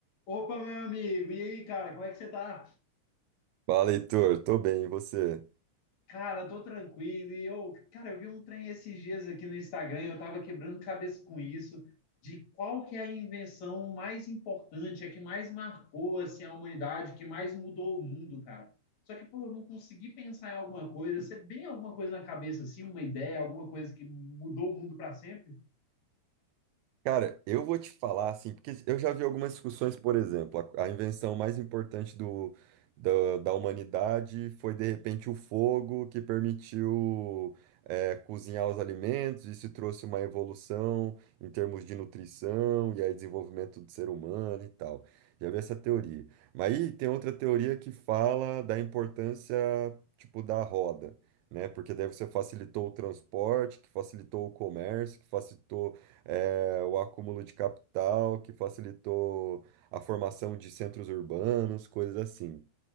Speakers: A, on the left (about 60°); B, on the right (about 80°).
A: Opa, meu amigo, e aí, cara, como é que você tá?
B: Fala, Heitor. Tô bem, e você?
A: Cara, tô tranquilo. E eu, cara, eu vi um trem esses dias aqui no Instagram, eu tava quebrando cabeça com isso, de qual que é a invenção mais importante, a que mais marcou assim a humanidade, que mais mudou o mundo, cara. Só que, pô, eu não consegui pensar em alguma coisa. Você tem alguma coisa na cabeça assim, uma ideia, alguma coisa que mudou o mundo pra sempre?
B: Cara, eu vou te falar assim, porque eu já vi algumas discussões, por exemplo, a, a invenção mais importante do, da da humanidade foi de repente o fogo que permitiu eh, cozinhar os alimentos, isso trouxe uma evolução em termos de nutrição e aí desenvolvimento do ser humano e tal. Já vi essa teoria. Mas aí tem outra teoria que fala da importância, tipo, da roda. Né? Porque daí você facilitou o transporte, que facilitou o comércio, que facilitou é, o acúmulo de capital que facilitou a formação de centros urbanos, coisas assim.